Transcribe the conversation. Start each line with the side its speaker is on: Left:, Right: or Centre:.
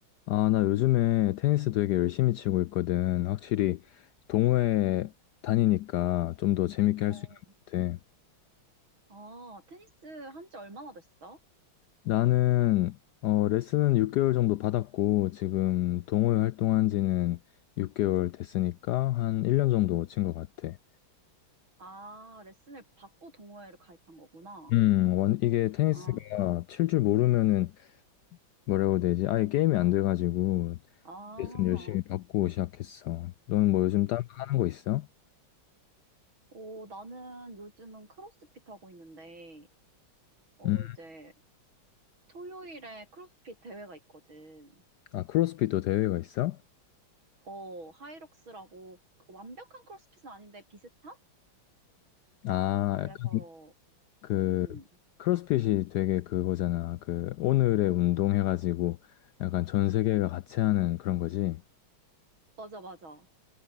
Left: 아, 나 요즘에 테니스 되게 열심히 치고 있거든. 확실히 동호회 다니니까 좀 더 재밌게 할
Right: 어,
Left: 수 있는 것 같아.
Right: 아, 테니스 한지 얼마나 됐어?
Left: 나는 어, 레슨은 6개월 정도 받았고 지금 동호회 활동한 지는 6개월 됐으니까 한 1년 정도 친 것 같아.
Right: 아, 레슨을 받고 동호회를 가입한 거구나.
Left: 음, 원, 이게 테니스가
Right: 아,
Left: 칠 줄 모르면은 뭐라고 해야 되지? 아예 게임이 안 돼가지고
Right: 아, 어,
Left: 레슨 열심히 받고 시작했어. 너는 뭐 요즘 딴거 하는 거 있어?
Right: 어, 나는 요즘은 크로스핏 하고 있는데, 어,
Left: 음,
Right: 이제 토요일에 크로스핏 대회가 있거든.
Left: 아, 크로스핏도 대회가 있어?
Right: 어, 하이록스라고 완벽한 크로스핏은 아닌데 비슷한?
Left: 아,
Right: 그래서,
Left: 약간 그
Right: 음,
Left: 크로스핏이 되게 그거잖아. 그 오늘의 운동 해가지고 약간 전 세계가 같이 하는 그런 거지.
Right: 맞아, 맞아.